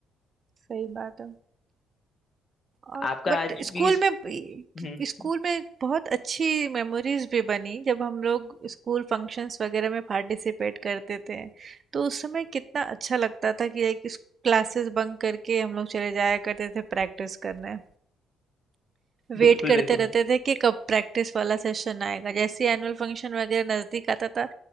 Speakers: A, on the right (about 45°); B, on the left (about 45°).
A: सही बात है और
B: आपका
A: बट
B: आज
A: स्कूल
B: भी इस...
A: में भी-
B: हम्म
A: स्कूल में बहुत अच्छी मेमोरीज भी बनी जब हम लोग स्कूल फंक्शंस वगैरह में पार्टिसिपेट करते थे तो उस समय कितना अच्छा लगता था कि एक क्लासेस बंक करके हम लोग चले जाया करते थे प्रैक्टिस करने वेट
B: बिल्कुल
A: करते
B: बिल्कुल
A: रहते थे कि कब प्रैक्टिस वाला सेशन आएगा जैसे एनुअल फंक्शन वगैरह नज़दीक आता था